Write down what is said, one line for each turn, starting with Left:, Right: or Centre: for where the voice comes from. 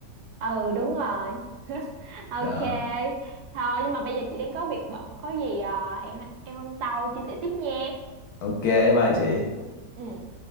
Right: Ừ đúng rồi. Ok,
Left: Đó.
Right: thôi nhưng mà bây giờ chị đang có việc bận, có gì à, hẹn em hôm sau chia sẻ tiếp nha.
Left: Ok, bye chị.
Right: Ừ. Ừ.